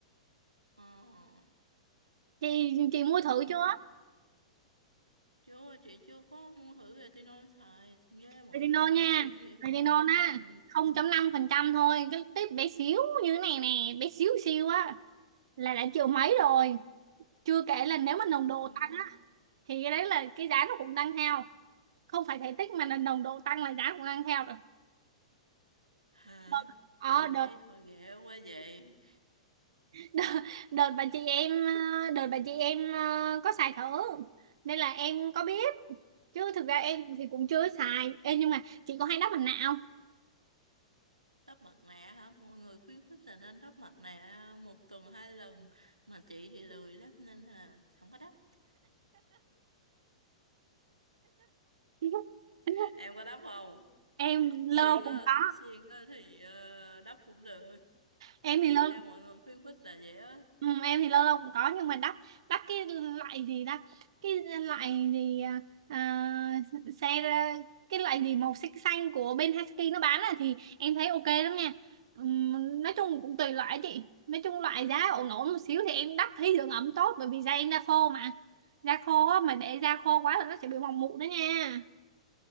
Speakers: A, on the right; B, on the right.
A: ờ
B: chị chị mua thử
A: ừ.
B: chưa
A: chưa chị chưa có mua thử retinol xài nghe mọi
B: retinol
A: người
B: nha
A: review vậy
B: retinol
A: thôi
B: á
A: ừ
B: không chấm năm phần trăm thôi cái tip bé xíu như thế này nè bé xíu xíu á là đã triệu mấy rồi chưa kể là nếu mà nồng
A: hả
B: độ tăng á thì cái đấy là cái giá nó cũng tăng theo không phải thể tích mà là nồng độ tăng là giá cũng tăng theo rồi
A: hả
B: Vâng. ờ
A: triệu mây
B: đợt,
A: thôi ghẻ quá vậy
B: đợt đợt bà chị em ờ, đợt bà chị em ờ, có xài thử nên là em có biết chứ thực ra em thì cũng chưa xài Ê, nhưng mà chị có hay đắp mặt nạ không
A: đắp mặt nạ hả mọi người khuyến khích là nên đắp mặt nạ một tuần hai lần mà chị thì lười lắm nên là không có đắp
B: <laughs>
A: <laughs> em có đắp không
B: em lơ
A: xiên
B: cũng
A: á
B: có
A: xiên á thì ờ, đắp cũng được
B: em
A: thì
B: thì lơ
A: theo mọi người khuyến khích là vậy á
B: Ừ, em thì lâu lâu cũng có nhưng mà đắt đắt cái loại gì ta cái loại gì à, à, xe cái loại gì màu xanh xanh của bên Husky nó bán là thì em thấy ok lắm nha Ừm, nói chung cũng tùy loại á chị nói chung loại giá ổn ổn một xíu thì em đắt thấy dưỡng ẩm tốt bởi vì da em da khô mà da khô á, mà để da khô quá là nó sẽ bị mỏng mụn đó nha